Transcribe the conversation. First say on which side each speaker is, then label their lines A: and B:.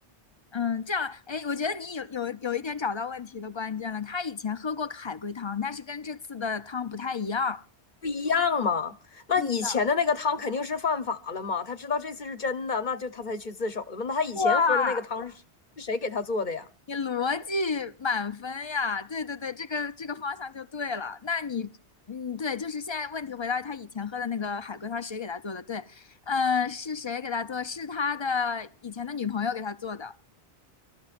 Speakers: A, on the left; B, on the left.
A: 嗯，这样，哎，我觉得你有有有一点找到问题的关键了。他以前喝过海龟汤，但是跟这次的汤不太一样，
B: 不一样吗？那以前的那个汤肯定是犯法了嘛？
A: 不一样。
B: 他知道这次是真的，那就他才去自首的嘛？那他以前喝的那个汤是是谁给他做的呀？
A: 哇，你逻辑满分呀！对对对，这个这个方向就对了。那你，嗯，对，就是现在问题回到他以前喝的那个海龟汤，谁给他做的？对，呃，是谁给他做？是他的以前的女朋友给他做的。